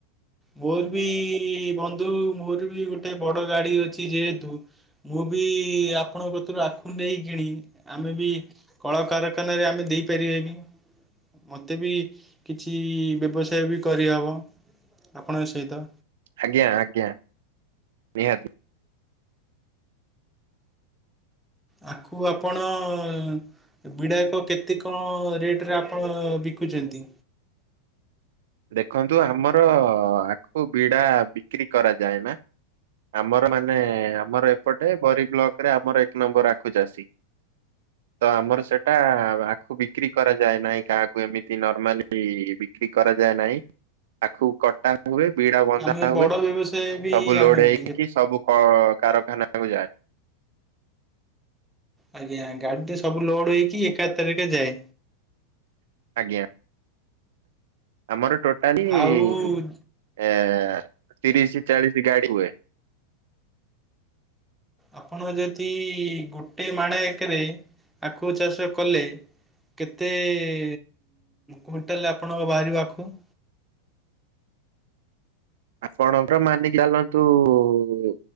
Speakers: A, in the centre; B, on the right.
A: ମୋର ବିଇଇ ବନ୍ଧୁ ମୋର ବି ଗୋଟେ ବଡ ଗାଡି ଅଛି ଯେହେତୁ, ମୁଁ ବି ଆପ୍ ଆପଣଙ୍କ କତୁରୁ ଆଖୁ ନେଇ କିଣି ଆମେ ବି କଳକାରଖାନାରେ ଆମେ ଦେଇପାରିବାନି, ମତେ ବି କିଛି ବ୍ୟବସାୟ ବି କରିହବ। ଆପଣଙ୍କ ସହିତ।
B: ଆଜ୍ଞା ଆଜ୍ଞା, ନିହାତି।
A: ଆଖୁ ଆପଣଅଅ ବିଡାକ କେତେ କଣ ରେଟରେ ଆପଣ ବିକୁଚନ୍ତି?
B: ଦେଖନ୍ତୁ ଆମରଅଅ ଆଖୁ ବିଡା ବିକ୍ରି କରାଯାଏ ନା, ଆମର ମାନେ ଆମର ଏପଟେ ବରୀ ବ୍ଲକରେ ଆମର ଏକ ନମ୍ବର ଆଖୁ ଚାଷୀ। ତ ଆମର ସେଟା ଆଖୁ ବିକ୍ରି କରାଯାଏ ନାହିଁ କାହାକୁ ଏମିତି ନର୍ମାଲି ବିକ୍ରି କରା ଯାଏ ନାଇଁ ଆଖୁ କଟା ହୁଏ ବିଡା ବନ୍ଧା
A: ଆମେ
B: ହୁଏ
A: ବଡ ବ୍ୟବସାୟ ବି
B: ସବୁ ଲୋଡ
A: ଆମେ
B: ହେଇକି
A: ବି
B: ସବୁ କ କାରଖାନା କୁ ଯାଏ। <inaudible>
A: ଆଜ୍ଞା ଗାଡିଟି ସବୁ ଲୋଡ ହେଇକି ଏକା ଥରକେ ଯାଏ।
B: ଆଜ୍ଞା। ଆମର ଟୋଟାଲି
A: ଆଉ
B: <inaudible> ଏଁ ତିରିଶ ଚାଳିଶ ଗାଡି ହୁଏ। <inaudible>
A: ଆପଣ ଯଦି ଗୋଟେ ମାଣେ ଏକରେ ଆଖୁ ଚାଷ କଲେ କେତେ ଏ କୁଇଣ୍ଟାଲ ଆପଣଙ୍କ ବାହାରିବ ଆଖୁ? <inaudible>
B: ଆପଣଙ୍କ ମାନିକି ଚାଲନ୍ତୁ ଉ ଉ